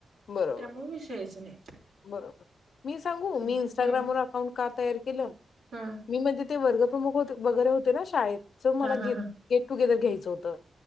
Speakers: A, on the left; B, on the right.
A: बरोबर.
B: त्यामुळे विषयच नाही.
A: बरोबर मी सांगू
B: हम्म
A: मी इंस्टाग्रामवर अकाउंट का तयार केलं
B: हम्म
A: मी म्हणजे ते वर्गप्रमुख वैरे होते ना शाळेत मला
B: हा हा
A: गेटुेर
B: हा
A: घ्यायचं होतं